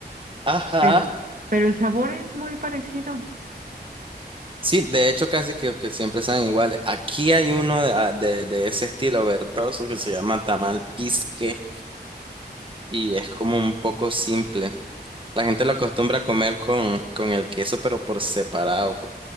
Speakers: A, on the right (about 30°); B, on the right (about 50°).
A: Ajá.
B: Pero, pero el sabor es muy parecido.
A: Sí, de hecho casi que, que siempre saben iguales. Aquí hay uno de, ah, de- de ese estilo verdoso que se llama tamal pisque y es como un poco simple. La gente lo acostumbra a comer con, con el queso, pero por separado.